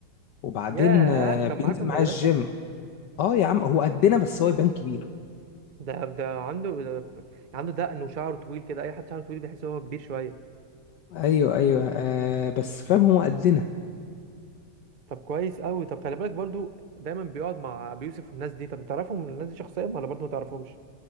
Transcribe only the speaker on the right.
ياه
كان
معاك في المدرسه
ده ده عنده ده عنده دقن وشعره طويل كده اي حد شعره طويل بيحس ان هو كبير شويه
طب كويس قوي طب خلي بالك برضو دايما بيقعد مع ابو يوسف والناس دي طب تعرفهم الناس دي شخصيا ولا برضو ما تعرفهمش